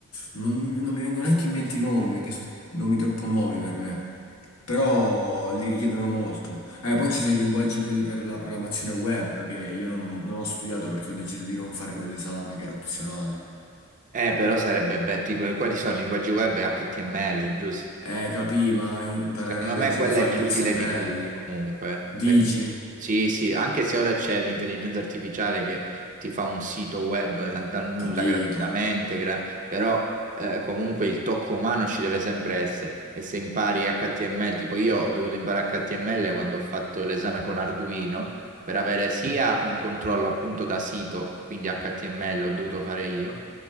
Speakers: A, on the left; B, on the right.
A: Non, non mi vengono neanche in mente i nomi, perché sono nomi troppo nuovi per me, però li richiedono molto. Eh, poi ci sono i linguaggi, quelli per la programmazione web, che io non ho, non ho studiato perché ho deciso di non fare quell'esame, che era opzionale.
B: Eh, però sarebbe bello, tipo, quali sono linguaggi web e HTML, giusto?
A: Eh, capì, ma imparare
B: Secondo
A: a leggere
B: me quella
A: i file
B: è più
A: XML.
B: utile di tutti comunque.
A: Dici?
B: perché- Sì, sì, anche se ora c'è l'intelligenza artificiale che ti fa un sito web da- dal nulla
A: Capito.
B: gratuitamente, gra- però eh, comunque il tocco umano ci deve sempre essere. E se impari HTML, tipo io ho dovuto imparare HTML quando ho fatto l'esame con Arduino per avere sia un controllo appunto da sito, quindi HTML ho dovuto fare io